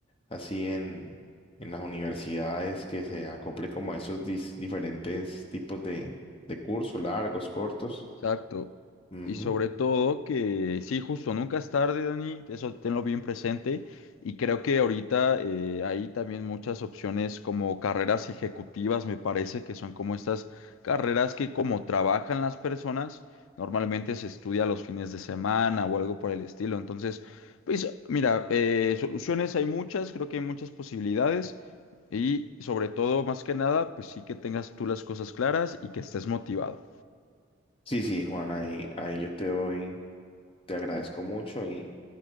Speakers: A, on the left (about 25°); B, on the left (about 75°).
A: así en, en las universidades que se acople como a esos dis- diferentes tipos de, de cursos, largos, cortos.
B: Exacto.
A: Ujú.
B: Y sobre todo que sí, justo, nunca es tarde, Dani, eso tenlo bien presente. Y creo que ahorita eh, hay también muchas opciones como carreras ejecutivas, me parece, que son como estas carreras que como trabajan las personas, normalmente se estudia los fines de semana o algo por el estilo. Entonces, pues mira, eh, soluciones hay muchas, creo que hay muchas posibilidades. Y sobre todo, más que nada, pues sí que tengas tú las cosas claras y que estés motivado.
A: Sí, sí, Juan, ahí, ahí yo te doy, te agradezco mucho y